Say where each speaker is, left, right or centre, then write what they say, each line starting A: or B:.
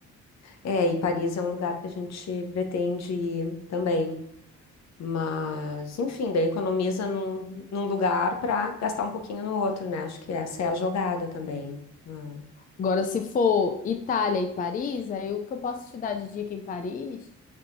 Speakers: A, on the left; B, on the left.
A: É. É, e Paris é um lugar que a gente pretende ir também. Mas, enfim, daí economiza num, num lugar para gastar um pouquinho no outro, né? Acho que essa é a jogada também. Ah,
B: Agora, se for Itália e Paris, aí o que eu posso te dar de dica em Paris